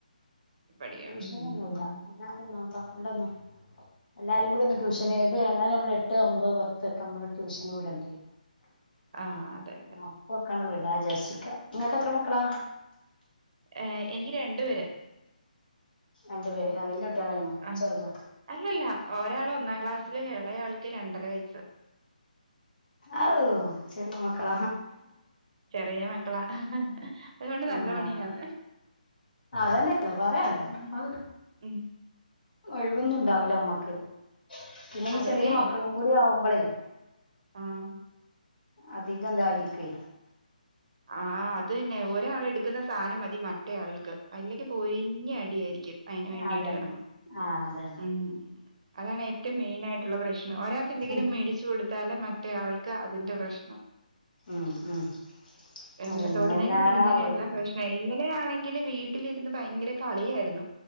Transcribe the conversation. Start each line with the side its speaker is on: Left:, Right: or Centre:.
Right: പഠിക്കാം
Left: ട്യൂഷനൊന്നുല്ല
Right: ഉം ഉം ഉം.
Left: അല്ലാത നമ്മളെ കൊണ്ടൊന്നു എല്ലാരും കൂടി ഒന്ന്
Right: ആ
Left: ട്യൂഷന്
Right: ആ
Left: ഏതായാലും നമ്മ എട്ട് ഒമ്പത് പത്തൊക്കെ നമ്മള് ട്യൂഷന് വിടണ്ടി വരും
Right: ആ അതെ അതെ
Left: അപ്പൊക്കണ്ട് വീടാ വിചാരിച്ക്കാ നിങ്ങക്ക് എത്ര മക്കളാ
Right: ഏഹ് എനിക്ക് രണ്ടു പേര്
Left: രണ്ടു പേര് ആഹ വല്യ കുട്ടികളാണോ
Right: ആ
Left: ചെറുതോ
Right: അല്ലല്ല ഒരാള് ഒന്നാം ക്ലാസ്സില് ഇളയാൾക്ക് രണ്ടര വയസ്സ്
Left: ആവു ചെറിയ മക്കള
Right: ചെറിയ മക്കളാ അതുകൊണ്ട് നല്ല
Left: ആഹ്
Right: പണിയാണ്
Left: അതന്നെയാണ് പറയാണ്ടോ
Right: മ്മ്
Left: അത്
Right: മ്മ്
Left: ഒഴിവൊന്നും ഉണ്ടാവുല നമ്മക്ക് പിന്നെ
Right: അതേന്നെ
Left: ഈ ചെറിയ മക്കളും കൂടി ആവുമ്പളേ
Right: ആഹ്
Left: അതികന്തായിരിക്‌വേ
Right: ആഹ് അത് തന്നെ ഒരാൾ എടുക്കുന്ന സാധനം മതി മറ്റേയാൾക്ക് അതില്ലെങ്കി പൊരിഞ്ഞ അടിയായിരിക്കും അതിന് വേണ്ടിട്ട്
Left: അതെ
Right: കിടന്ന്
Left: ആഹ് അതെ
Right: ഉം അതാണ് ഏറ്റവും മെയിൻ ആയിട്ടുള്ള പ്രശ്നം ഒരാൾക്ക് എന്തെങ്കിലും
Left: ഉം
Right: മേടിച്ചു കൊടുത്താൽ മ- റ്റേ ആൾക്ക് അതിന്റെ പ്രശ്നം
Left: ഉം ഉം
Right: എല്ലാം
Left: അതന്നെയാണ്
Right: തോടുന്നതിനും
Left: എല്ലാ
Right: പിടിക്കുന്നതിനും
Left: വീട്ടിലും
Right: എല്ലാം പ്രശ്ന- മൈ ഇന്നലെ ആണെങ്കി വീട്ടിലിരുന്ന് ഭയങ്കര കളിയായിരുന്നു